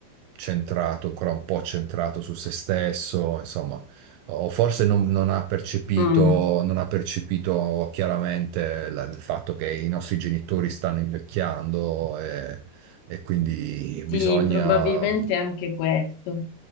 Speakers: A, on the right (about 80°); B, on the left (about 75°).
A: centrato, ancora un po' centrato su se stesso, insomma, o forse non, non ha percepito,
B: mm.
A: non ha percepito chiaramente la- il fatto che i nostri genitori stanno invecchiando e, e quindi
B: Sì,
A: bisogna...
B: probabilmente anche questo.